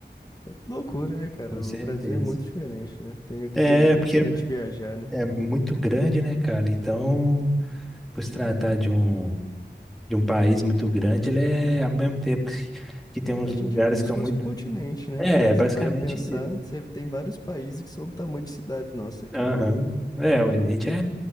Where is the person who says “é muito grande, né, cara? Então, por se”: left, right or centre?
Centre